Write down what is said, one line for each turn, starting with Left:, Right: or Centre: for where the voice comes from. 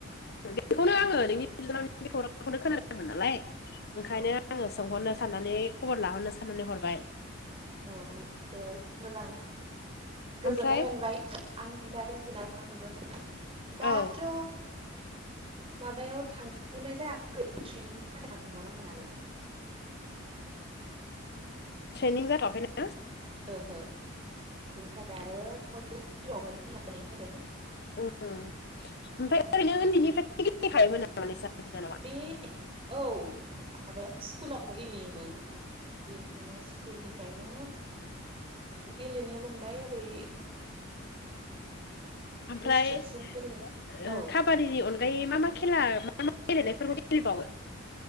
Left: बेखौनो आङो नोंनि बिनानाव बे खौरांखौनो खोनादोंदोंमोन नालाय ओंखायनो
Right: औ
Left: <unintelligible> आंङो सोंहरनो साननानै खबर लाहरनो साननानै हरबाय।
Right: औ दे मोजां गोजोननाय
Left: ओमफ्राय
Right: मोनबाय। आं खिन्थागोन बिनानावनोबो दाथ'
Left: औ
Right: माबायाव थांथ'नाय जायाखै ट्रेनिंनि थाखाय थांबावनांगोन नालाय
Left: ट्रेनिं जाथ'आखै नो
Right: ओहो बेनि थाखाय आरो कल फैबावगोन होननानै बुंदों।
Left: उम ओमफ्राय ओरैनो उन्दैनिफ्राय गेलेखायोमोन नामा नोंसा बिनानावा?
Right: बे औ माबायाव स्कुलाव गेलेयोमोन। बिदिनो स्कुलनिफ्रायनो गेलेनो मोनबाय ओरै
Left: ओमफ्राय
Right: डिस्ट्रिक्सिम
Left: ओ काब
Right: गेले औ
Left: काबादिनि अनगायै मा मा खेला मा मा गेलेनायफोरखौ गेलेबावो?